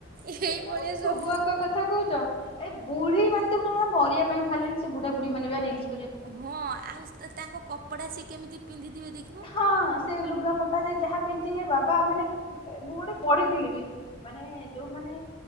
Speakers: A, on the right (about 50°); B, on the left (about 30°).
A: ଏଇଭଳିଆ
B: ତମେ ଛୁଆଙ୍କ
A: ସବୁ।
B: କଥା କହୁଚ ଏ ବୁଢୀ ମାନେ ଦେଖୁନ ମରିବା ପାଇଁ ବାହାରିଲେଣି ସେ ବୁଢା ବୁଢ଼ୀ ମାନେ ପା ରିଇସ୍।
A: ହଁ ଆଉ ତାଙ୍କ କପଡା ସିଏ କେମିତି ପିନ୍ଧିଥିବେ ଦେଖି।
B: ହଁ ସେ ଲୁଗାପଟା। ଯେ ଯାହା ପିନ୍ଧି ଥିବେ ବାବା ମାନେ ମୁଁ ଗୋଟେ ପଢିଥିଲି ବି ମାନେ ଯୋଉମାନେ।